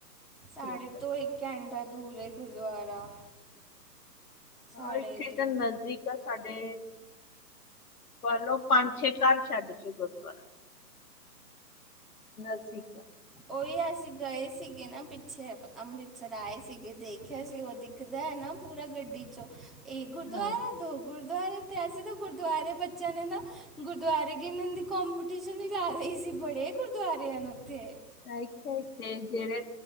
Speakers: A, in the centre; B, on the left (about 60°).
A: ਸਾਡੇ
B: ਠੀਕ ਹੈ
A: ਤੋਂ ਇੱਕ ਘੰਟਾ ਦੂਰ ਹੈ ਗੁਰਦੁਆਰਾ। ਸਾਡੇ
B: ਹਾਂ ਇੱਥੇ
A: ਇੱਧਰੋਂ
B: ਤਾਂ ਨਜ਼ਦੀਕ ਆ ਸਾਡੇ ਵਲੋ ਪੰਜ ਛੇ ਘਰ ਛੱਡ ਕੇ ਗੁਰਦੁਆਰਾ। ਨਾਸਿਕ
A: ਉਹੀ ਅਸੀਂ ਗਏ ਸੀਗੇ ਨਾ ਪਿੱਛੇ ਅੰਮ੍ਰਿਤਸਰ ਆਏ ਸੀਗੇ ਦੇਖਿਆ ਸੀ ਉਹਦੀ। ਦਿਖਦਾ ਹੈ ਨਾ ਪੂਰਾ ਗੱਡੀ ਚੋਂ ਇਹ ਗੁਰਦੁਆਰਾ
B: ਹਾਂ
A: ਹੈ। ਦੋ ਗੁਰਦੁਆਰੇ ਤੇ ਅਸੀਂ ਤਾਂ ਗੁਰਦੁਆਰੇ ਬੱਚਿਆਂ ਨੇ ਨਾ ਗੁਰਦੁਆਰੇ ਗਿਣ ਦੀ ਕੰਪੀਟੀਸ਼ਨ ਹੀ ਲਾ ਲਈ ਸੀ ਬੜੇ ਗੁਰਦੁਆਰ ਨੂੰ ਉੱਥੇ
B: <unintelligible> ਜਿਹੜੇ